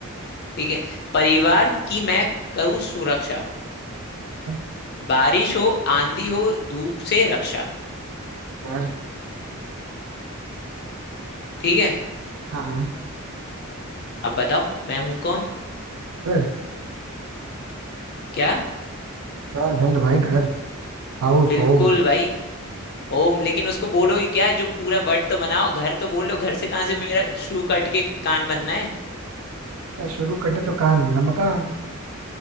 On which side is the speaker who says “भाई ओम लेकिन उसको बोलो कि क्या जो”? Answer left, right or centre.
Left